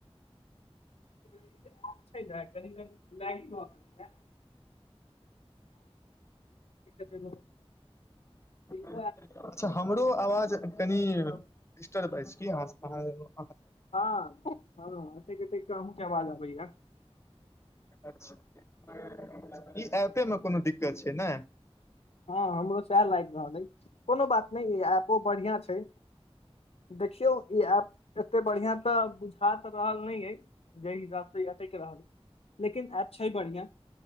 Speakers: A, on the left; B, on the left.
A: की करबै ई जे छै न कनि कनि लागि कं ई तअ <inaudible>
B: अच्छा
A: हु <inaudible>
B: हमरो आवाज कनि डिस्टरब अछि की अहाँ सँ -
A: हँ हँ एते एते कम आवाज अबयया
B: अच्छा ई एप्पे मे कोनो दिक्कत छै ने
A: हँ हमरो सएह लागि रहल अइ कोनो बात नहि ई ऐपो बढ़िआँ छै देखियौ ई ऐप एते बढ़िआ तअ बुझा तऽ रहल नहि अइ जाहि हिसाबसँ ई अटैक रहल लेकिन ऐप छै बढ़िआँ